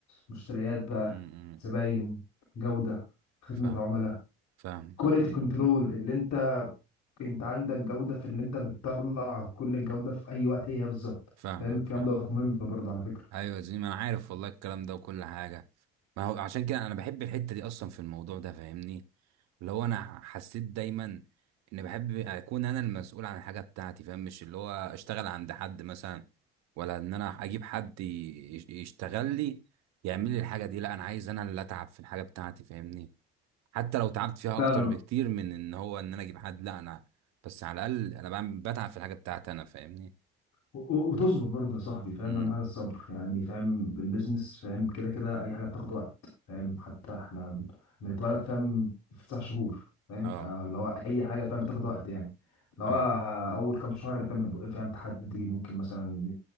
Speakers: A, on the left; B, on the right.
A: مشتريات بقى
B: امم إمم.
A: زباين جودة خدمة
B: فاهم
A: عملاء
B: فاهم
A: كواليتي كنترول اللي انت انت عندك جودة في اللي انت بتطلع كل الجودة في اي وقت هي بالظبط
B: فاهمك
A: فاهم الكلام
B: فاهم
A: دوت مهم برضه على فكرة
B: ايوه زي ما انا عارف والله الكلام ده وكل حاجه ما هو عشان كده انا بحب الحته دي اصلا في الموضوع ده فاهمني اللي هو انا حسيت دايما ان بحب اكون انا المسؤول عن الحاجه بتاعتي فاهم مش اللي هو اشتغل عند حد مثلا ولا ان انا اجيب حد ي- يشتغل لي يعمل لي الحاجه دي لا انا عايز انا اللي اتعب في الحاجه بتاعتي فاهمني حتى لو تعبت فيها
A: فعلا
B: اكتر بكتير من ان هو ان انا اجيب حد لا انا بس على الاقل انا بعمل بتعب في الحاجه بتاعتي انا فاهمني
A: و- وتصبر برضه يا صاحبي فاهم
B: امم
A: اهم حاجه الصبر يعني فاهم البيزنس فاهم كده كده اي حاجه بتاخد وقت فاهم حتى احنا بنتولد فاهم في تسع شهور فاهم
B: اه
A: فاللي هو اي حاجه فاهم بتاخد وقت يعني اللي هو
B: فاهم
A: اول كام شهر فاهم هيبقى فاهم تحدي ممكن مثلا